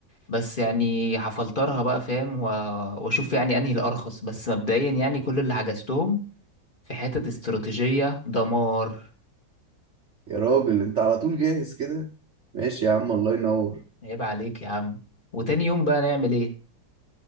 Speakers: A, on the left; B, on the right.
A: بس يعني هفلترها بقى فاهم و- واشوف يعني انهي الارخص بس مبدئيا يعني كل اللي حجزتهم في حتة استراتيجية دمار
B: يا راجل انت على طول جاهز كده ماشي يا عم الله ينور
A: عيب عليك يا عم وتاني يوم بقى نعمل ايه